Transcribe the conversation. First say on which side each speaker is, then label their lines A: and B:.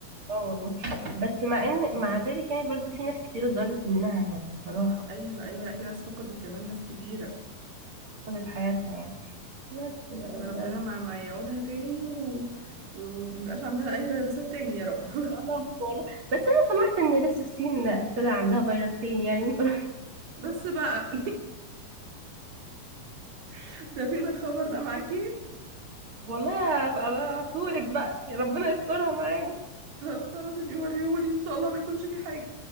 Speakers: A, on the right (about 45°); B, on the right (about 85°).
A: آه والله بس مع إن مع ذلك يعني برضو في ناس كتير اتضرت منها يعني بصراحة
B: ايوه ايوه لا في ناس فقدت كمان ناس كتيره
A: فقدت حياتها يعني بس بقى
B: يلا ربنا
A: بس
B: ما ما يعودها تاني و... ومبقاش عندنا اي فيروسات تاني يا رب <laughs>
A: يا رب والله بس أنا سمعت إن لسه الصين ابتدى عندها فيروس تاني يعني من قريب <laughs>
B: بس بقى <laughs> ده فين الخبر ده معاكي
A: والله هبقى بقى أبعتهولك بقى يا ربنا يسترها معانا
B: طب خلاص يبقى وريهولي ان شاء الله ما يكونش في حاجه